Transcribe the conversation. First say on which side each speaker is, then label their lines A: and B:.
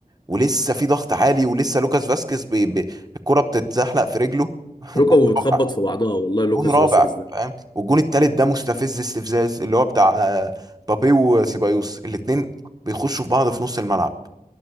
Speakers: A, on the right (about 25°); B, on the left (about 30°).
A: ولسه في ضغط عالي ولسه لوكاس فاسكيز بي بي الكره بتتزحلق في رجله <laughs> جون
B: ركبه بتخبط
A: رابع
B: في بعضها والله لوكاس
A: جون رابع
B: فاسكيز ده
A: فاهم والجون التالت ده مستفز استفزاز اللي هو بتاع آه، بابي وسيبايوس الاتنين بيخشوا في بعض في نص الملعب